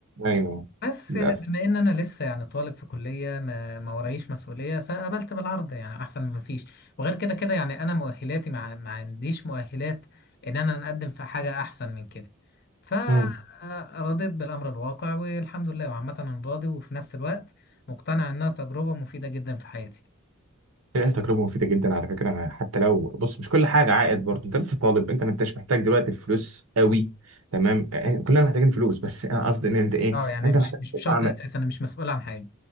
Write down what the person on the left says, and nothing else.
بس
ل- بما إن أنا لسه يعني طالب في كلية ما, ما ورايش مسؤولية فقبلت بالعرض يعني أحسن من مفيش وغير كده كده يعني أنا مؤهلاتي مع ما عنديش مؤهلات إن أنا نقدم في حاجة أحسن من كده فرضيت
بالأمر الواقع والحمد لله وعامة أنا راضي وفي نفس الوقت مقتنع إنها تجربة مفيدة جدا في حياتي
اه يعني
مش
مش
بشرط اساسا انا مش مسؤول عن حاجه